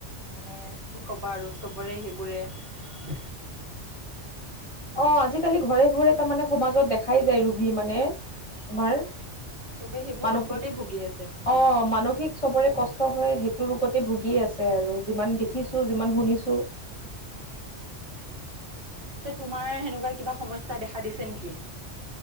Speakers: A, on the right (about 50°); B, on the left (about 30°).
A: মানে কি কবা আৰু চবৰে সেইবোৰে ।
B: অ আজিকালি ঘৰে ঘৰে তাৰমানে সমাজত দেখাই যায় ৰোগী মানে তোমাৰ
A: অ' চবে সেইবোৰ
B: মানসিক
A: ৰোগতে ভুগি আছে উম
B: অ মানসিক চবৰে কষ্ট হয় সেই ৰপতে ভুগি আছে আৰু যিমান
A: উম
B: দেখিছো যিমান শুনিছো
A: পিত তোমাৰ সেনেকুৱা কিবা সমস্যা দেখা দিছে নেকি?